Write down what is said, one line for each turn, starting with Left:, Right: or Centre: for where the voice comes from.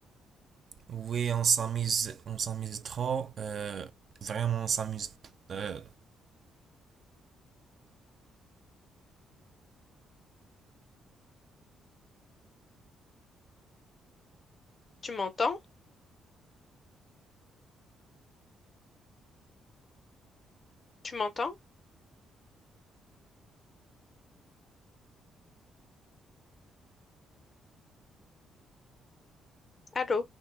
Right: Oui, on s'amuse, on s'amuse trop. euh, vraiment, on s'amuse euh,
Left: Tu m'entends? Tu m'entends? Allô?